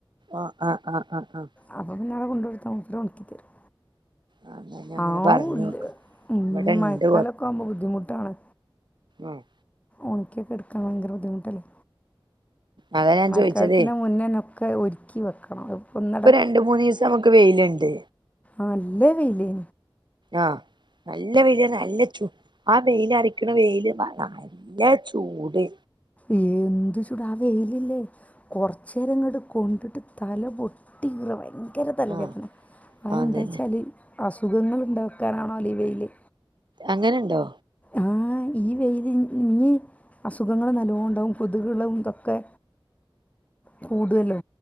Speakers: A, on the right (about 60°); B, on the left (about 15°).
A: ആഹ് ആഹ് ആഹ് ആഹ് ആഹ്
B: അപ്പൊ പിന്നെ അവിടെ കൊണ്ട് കൊടുത്ത മൂപ്പര് ഒണക്കി തരും
A: ആഹ് എന്നാ ഞാൻ
B: ആഹൂല്ല്യ
A: അങ്ങനെ പറഞ്ഞോക്ക്
B: ഇഞ്ഞ്
A: ഇവിടെണ്ട്
B: മഴക്കാലൊക്കെ ആവുമ്പോ ബുദ്ധിമുട്ടാണ്
A: ആഹ്
B: ഒണിക്കിയൊക്കെ എടുക്കാൻ ഭയങ്കര ബുദ്ധിമുട്ടല്ലേ?
A: അതാ ഞാൻ
B: മയക്കാലത്തിന്റ
A: ചോയിച്ചതേ
B: മുന്നന്നെ ഒക്കെ ഒര്ക്കി വെക്കണം അത് ഇപ്പൊ ഇന്നട
A: രണ്ട് മൂന്നീസം നമുക്ക് വെയില്ണ്ട്
B: ആഹ് നല്ല വെയ്ലേനി
A: ആഹ് നല്ല വെയ്ലാര്ന്ന് നല്ല ചൂ ആ വെയ്ല അറിക്കണ വെയ്ല് നല്ല ചൂട്
B: ഏന്ത് ചുടാ ആ വെയയ്ലില്ലേ? കൊറച്ചേരം ഇങ്ങട്ട് കൊണ്ടിട്ട് തല പൊട്ടിക്കീറ ഭയങ്ക ഭയങ്കര തലവേദന
A: ആഹ്
B: അതന്താ
A: അതന്നെ
B: വെച്ചാല് അസുഖങ്ങള് ഇണ്ടാക്കാനാണാലോ ഈ വെയ്ല്
A: അങ്ങനെണ്ടോ?
B: ആഹ് ഈ വെയ്ല് ഇ ഇനി അസുഖങ്ങള് നല്ലോണണ്ടാവും കൊത്കളും ഇതൊക്കെ കൂടുവല്ലോ